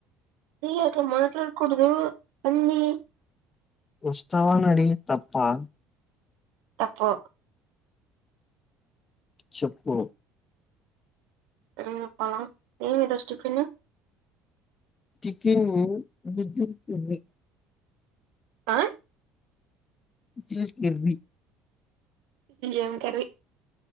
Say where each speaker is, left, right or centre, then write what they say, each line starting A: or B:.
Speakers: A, on the right (about 80°); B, on the left (about 25°).
A: ఏ అట్లా మాట్లాడుకూడదు అన్ని
B: వస్తవా అని అడిగ్యా తప్పా
A: తప్పు
B: చెప్పు
A: ఆ పోలా ఏది డస్టిబిన్
B: హ విద్యుత్ దుబై
A: ఆ
B: ఇ గర్మి
A: ఏం కర్రి